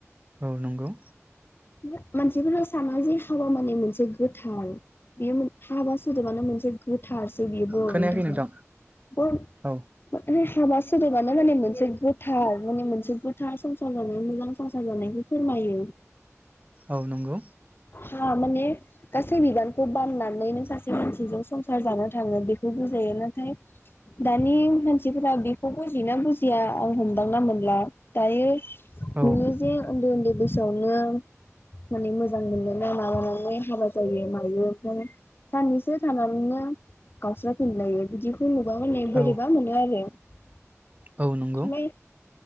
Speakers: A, on the right; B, on the left.
A: औ नंगौ
B: ओमफ्राय मानसिफोरा साना जे हाबा माने मोनसे गोथार बेयो हाबा सोदोबानो मोनसे गोथार। जे बियो बर'नि
A: खोनायाखै
B: थाखाय
A: नोंथां
B: बर'
A: औ
B: माने हाबा सोदोबानो माने मोनसे गोथार माने मोनसे गोथार संसार जानाय मोजां संसार जानायखौ फोरमायो।
A: औ नोंगौ।
B: हा माने गासै बिबानखौ बाननानैनो सासे मानसिजों संसार जानो थाङो बेखौ बुजायो नाथाय दानि मानसिफोरा बे खौ बुजियोना बुजिया आं हमदांना मोनला‌ दायो नोङो
A: औ
B: जे उन्दै उन्दै बैसोयावनो माने मोजां मोनलायना माबानानै हाबा जायो मायो ओमफ्राय साननैसो थानानैनो गावस्राफिनलायो बिदि खौ नुबा माने बोरैबा
A: औ
B: मोनो आरो ओमफ्राय।
A: औ नंगौ